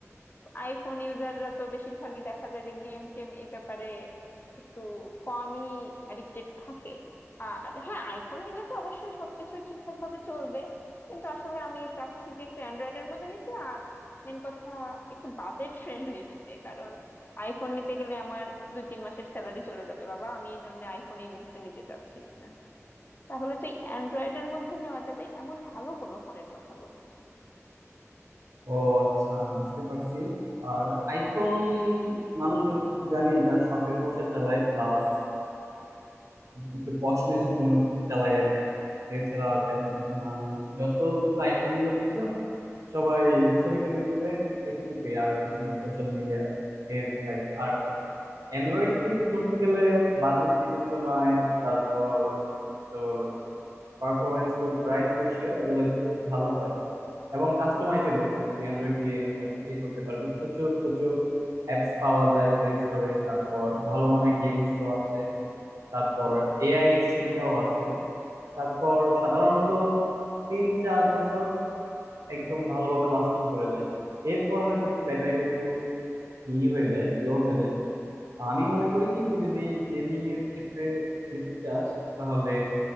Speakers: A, on the left (about 40°); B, on the right (about 80°).
A: আইফোন ইউজাররা তো বেশিরভাগই দেখা যায় যে গেম টেম এই ব্যাপারে একটু কমই অ্যাডিক্টেড থাকে আর হ্যাঁ আইফোন নিলে তো অবশ্যই সবকিছু ঠিকঠাক ভাবে চলবে কিন্তু আসলে আমি চাচ্ছি যে একটু অ্যান্ড্রয়েডের মধ্যে নিতে আর মেন কথা একটু বাজেট ফ্রেন্ডলি নিতে কারণ আইফোন নিতে গেলে আমার দুই তিন মাসের স্যালারি চলে যাবে বাবা আমি এই জন্য আইফোন এই মুহূর্তে নিতে চাচ্ছি না তাহলে তুই অ্যান্ড্রয়েডের মধ্যে নেওয়া যাবে এমন ভালো কোনো ফোনের কথা বল
B: ও আচ্ছা বুঝতে পারছি আর আইফোন মানুষ যতটুকু জানি এটা শখের বশে চালায় প্লাস একটু পশনেসের জন্য চালায় আর কি এছাড়া আর তেমন কিছু না আমি যতটুকু আইফোন ইউজার দেখলাম সবাই ছবি টবি তুলে এতটুকুই আর কিছু না সোশ্যাল মিডিয়া এর বাইরে আর অ্যান্ড্রয়েড কিন্তু ধরতে গেলে বাজেট বিবেচনায় তারপর তোর পারফরমেন্স টু প্রাইস রেশিও এগুলো একটু ভালো হয় এবং কাস্টমাইজেবল তুই অ্যান্ড্রয়েড দিয়ে সবকিছুই করতে পারবি প্রচুর প্রচুর অ্যাপস পাওয়া যায় প্লে স্টোরে তারপর ভালো মানের গেমসও আছে তারপর এআই এর সুবিধাও আছে তারপর সাধারণত তিন চার বছর একদম ভালোভাবে লাস্টিং করে যায় এরপর হয়তো একটু ব্যাটারিটা একটু ই হয়ে যায় লো হয়ে যায় আমি মনে করি কি তুই যদি গেমিং এর ক্ষেত্রে যেতে চাস তাহলে